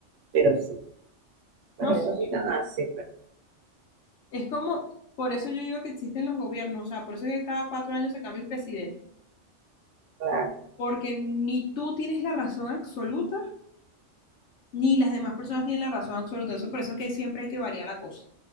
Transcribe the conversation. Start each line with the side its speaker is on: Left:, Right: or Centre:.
Right: pero sí. Bueno,
Left: No, sí.
Right: yo no soy tan así, pero
Left: Es como, por eso yo digo que existen los gobiernos, o sea, por eso es que cada cuatro años se cambia un presidente.
Right: claro,
Left: porque ni tú tienes la razón absoluta, ni las demás personas tienen la razón absoluta. Eso, por eso es que siempre hay que variar la cosa.